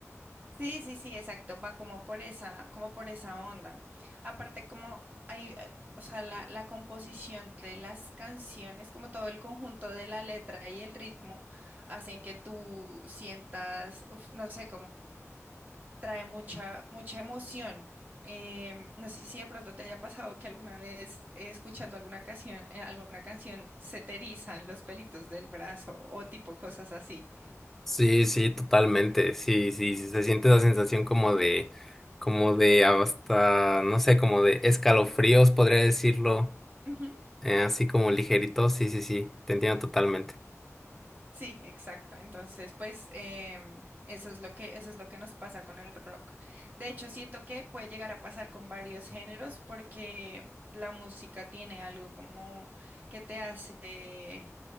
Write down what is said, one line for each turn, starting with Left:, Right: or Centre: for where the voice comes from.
Right: Sí, sí, sí, exacto. Va como por esa, como por esa onda. Aparte, como hay, eh, o sea, la, la composición de las canciones, como todo el conjunto de la letra y el ritmo, hacen que tú sientas, uf, no sé, trae mucha, mucha emoción. Em, no sé si de pronto te haya pasado que alguna vez eh, escuchando alguna canción, eh, alguna canción se te erizan los pelitos del brazo o tipo cosas así.
Centre: Sí, sí, totalmente. Sí, sí, sí, se siente esa sensación como de, como de hasta, no sé, como de escalofríos, podría decirlo,
Right: Ujú,
Centre: eh, así como ligerito. Sí, sí, sí, te entiendo totalmente.
Right: Sí, exacto. Entonces, pues em, eso es lo que, eso es lo que nos pasa con el rock. De hecho, siento que puede llegar a pasar con varios géneros porque la música tiene algo como que te hace